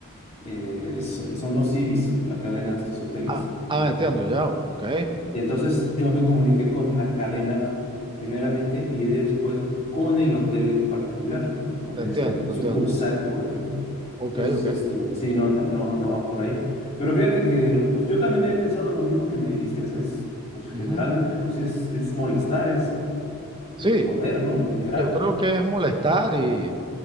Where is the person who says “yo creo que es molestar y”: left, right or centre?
Right